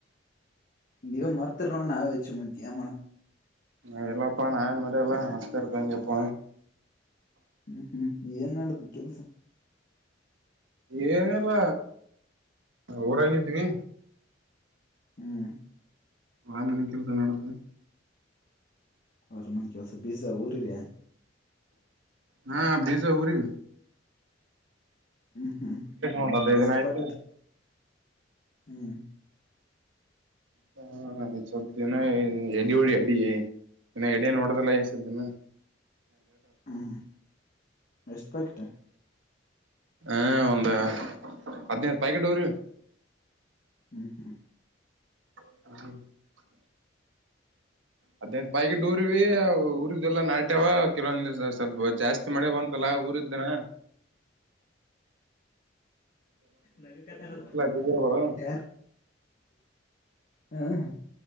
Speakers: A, on the left; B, on the right.
A: ನೀವ ಮರ್ತಿರ ನೋ ನಾವೇ ಇಚ್ಚು ಮುಂತಿಯ ಮೇ್
B: ನಾ ಎಲ್ಲಪ್ಪ ನಾಯನ್ ಮಾರ ಎಲ್ಲ ಹಸ್ತತಂಗಗೆಪ್ಪ
A: ಹ್ಮ್ ಹ್ಮ್ ಏನ್ ಮಾಡಡದು ಕೆಲ್ಸ
B: ಏನಲ್ಲ ಊರಾಗಿದ್ವಿ
A: ಹ್ಮ್
B: ರಾಮನ ಕೆಲಸ ನಡುತ್ತ
A: ಅವರ ಮನ್ ಕೆಲ್ಸ ಬೀಜ ಊರಿರ
B: ಹಾ ಬೇಜ ಹಊರಿ
A: ಹ್ಮ್
B: ಒಂದ್
A: ಹ್ಮ್
B: ಹದಿನೈದು
A: ಎಷ್ಟು
B: ದಿನ ಆಯ್ತು
A: ಪಾಕೀಟ್ ಹ್ಮ್
B: ಹಾ ಸಒನ್ ಸ್ವಲ್ಪ್ ದಿನಾ ಹಿಂಗ್ ಎಡಿ ಓಡ್ಯಾಡಿ ಇನ್ನು ಎಡ ನೋಡದಿಲ್ಲ ಎನ್ಸುದ್ದಿನೊ.
A: ಹ್ಮ್ ಎಷ್ಟ ಪಾಕಿಟ್ಟ.
B: ಹಾ ಒಂದ ಹದ್ನೈದ ಪಾಕಿಟವರಿ.
A: ಹ್ಮ್ ಹ್ಮ್
B: <unintelligible> ಹದನೈದ ಪಾಕಿಟ್ ಉರಿವಿ ಊರಿದುವೆಲ್ಲ ನಾಟ್ಯವಾ ಕೆಲವೊಂದ ಸ್ವಲ್ಪ ಜಾಸ್ತಿ ಮಳೆ ಬಂತಲ್ಲ ಊರ ಇಂದನ
A: ನಗಕತ್ತನ್ ನೋಡ್
B: ಬೀಜಗಳು
A: ಯಾರ. ಹಾ ಹಾ